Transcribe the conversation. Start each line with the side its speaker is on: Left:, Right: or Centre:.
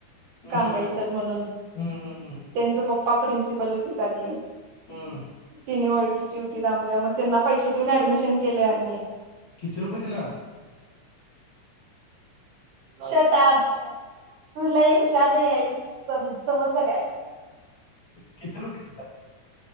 Left: हम्म
Right: कांबळी सर म्हणून
Left: हम्म हम्म हम्म
Right: त्यांच पप् पा प्रिन्सिपल होती त्याी
Left: हम्म.
Right: किन वळ हो आमच्या मग त्यांना पैसे देऊन ऍडमिशन केले आम्ही
Left: कती रूपये दिला
Right: शटप तुलाही हुशार नाही आहे समज का
Left: किती रुपये